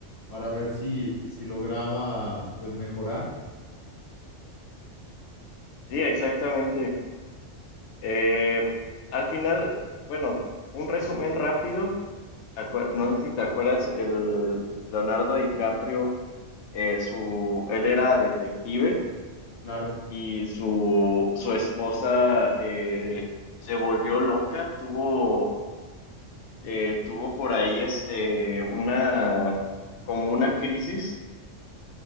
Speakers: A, on the left (about 50°); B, on the left (about 70°).
A: para ver si, si lograba, pues, mejorar.
B: Sí, exactamente. Eh, al final, bueno, un resumen rápido. Acu- No sé si te acuerdas, el Leonardo DiCaprio, eh, su, él era detective
A: Claro,
B: y su, su esposa eh, se volvió loca, tuvo eh, tuvo por ahí este una como una crisis